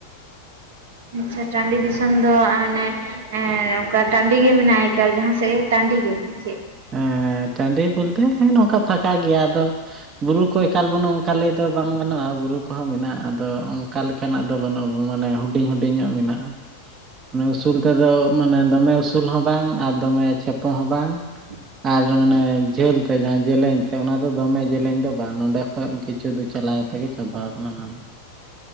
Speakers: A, on the right; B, on the right.
A: ᱟᱪᱪᱷᱟ ᱴᱟᱺᱰᱤ ᱫᱤᱥᱚᱢ ᱫᱚ ᱟᱱᱮ ᱮᱻ ᱚᱱᱠᱟ ᱴᱟᱺᱰᱤ ᱜᱮ ᱢᱮᱱᱟᱜᱼᱟ ᱮᱠᱟᱞ ᱡᱟᱦᱟᱸ ᱥᱮᱫ ᱜᱮ ᱴᱟᱺᱰᱤ ᱜᱮ ᱪᱮᱫ
B: ᱦᱮᱸ ᱴᱟᱺᱰᱤ ᱵᱚᱞᱛᱮ ᱦᱮᱸ ᱱᱚᱝᱠᱟ ᱯᱷᱟᱠᱟ ᱜᱮᱭᱟ ᱟᱫᱚ ᱵᱩᱨᱩ ᱠᱚ ᱮᱠᱟᱞ ᱵᱟᱹᱱᱩᱜᱼᱟ ᱚᱱᱠᱟ ᱫᱚ ᱵᱟᱝ ᱜᱟᱱᱚᱜᱼᱟ ᱵᱩᱨᱩ ᱠᱚᱦᱚᱸ ᱢᱮᱱᱟᱜᱼᱟ ᱟᱫᱚ ᱚᱱᱠᱟ ᱞᱮᱠᱟ᱾ ᱱᱟᱜ ᱫᱚ ᱵᱟᱹᱱᱩᱜ ᱢᱟᱱᱮ ᱦᱩᱰᱤᱧ ᱦᱩᱰᱤᱧᱚᱜ ᱢᱮᱱᱟᱜᱼᱟᱟᱱᱮ ᱩᱥᱩᱞ ᱛᱮᱫᱚ ᱢᱟᱱᱮ ᱫᱚᱢᱮ ᱩᱥᱩᱞ ᱩᱥᱩᱞ ᱦᱚᱸ ᱵᱟᱝ ᱟᱨ ᱫᱚᱢᱮ ᱪᱷᱮᱯᱚ ᱦᱚᱸ ᱵᱟᱝ
A: <unintelligible>
B: ᱟᱨ ᱚᱱᱮ ᱡᱷᱟᱹᱞ ᱛᱮ ᱡᱟᱦᱟᱸ ᱡᱮᱞᱮᱧ ᱛᱮ ᱚᱱᱟ ᱫᱚ ᱫᱚᱢᱮ ᱡᱮᱞᱮᱧ ᱫᱚ ᱵᱟᱝ ᱱᱚᱰᱮ ᱠᱷᱚᱱᱚᱡ ᱠᱤᱪᱷᱩ ᱫᱚ ᱪᱟᱞᱟ ᱠᱟᱛᱮ ᱜᱮ ᱵᱟᱦᱟ ᱠᱟᱱᱟ ᱚᱱᱟ ᱫᱚ